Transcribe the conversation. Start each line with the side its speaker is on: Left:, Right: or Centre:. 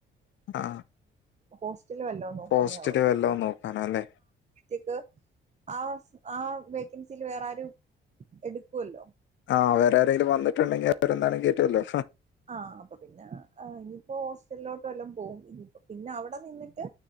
Left: ആ
Right: ഹോസ്റ്റല് വല്ലോ നോക്കുന്നവും
Left: ഹോസ്റ്റല് വല്ലോം നോക്കാനല്ലേ?
Right: ക്ക് ആ ആ വെക്കെൻസിക്ക് വേറെരുും എടുക്കല്ലോ
Left: ആഹ വേറെ ആരെങ്കിലും വന്നിുണ്ടെങ്കിൽ അവരെന്താണും കേയറ്റുല്ലോ
Right: ആഹ് അപ്പൊ പിന്നെ ഇനിയിപ്പോ ഹോസ്റ്റലിലോട്ട് വല്ലാം പോകവും പിന്നെ അവിടെ നിന്നിട്ട്